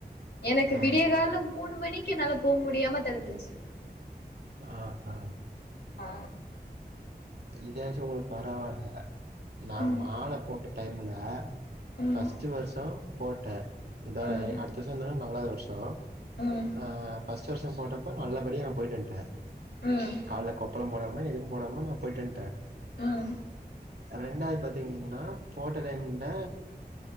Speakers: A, on the left; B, on the right.
A: எனக்கு
B: ஆ
A: விடிய காலல மூணு மணிக்கு என்னால போ முடியாம தடுத்துருச்சு
B: ஆ அ
A: ஆ
B: இதாச்சு உங்களுக்கு பரவாயில்ல நா
A: ம்
B: மால போட்டு டைம்ல
A: ம்
B: ஃப்ஸ்ட் வருஷோ போட்ட இதோய
A: ம்
B: அடுத்த வருஷோ வந்ததுனா நாலாவது வருஷோ
A: ம்
B: ஆ ஃப்ஸ்ட் வருஷோ போட்டப் ப நல்லபடியா நா போயட்டு வன்ட்டே
A: ம்
B: கால்ல கொப்பளம் போடாம எதுவு போடாம நா போய்ட்டு வன்ட்ட
A: ம்
B: ரெண்டாவது பாத்தீங்கன்னா போட்ட டைமிங்ல